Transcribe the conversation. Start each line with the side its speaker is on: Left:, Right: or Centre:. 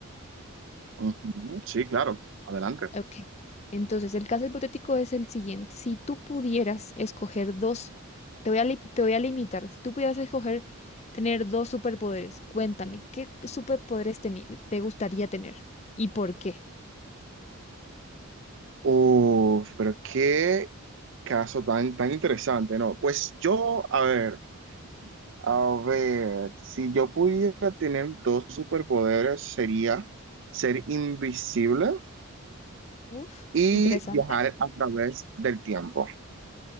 Right: Ujú, Sí, claro, adelante.
Left: Ok. Entonces, el caso hipotético es el siguiente. Si tú pudieras escoger dos, te voy a, li- te voy a limitar, si tú pudieras escoger tener dos superpoderes, cuéntame, ¿qué superpoderes teni- te gustaría tener y por qué?
Right: Uf, pero qué caso tan, tan interesante, ¿no? Pues yo, a ver, a ver, si yo pudiera tener dos superpoderes, sería ser invisible
Left: Uf,
Right: y
Left: interesante.
Right: viajar a través del tiempo.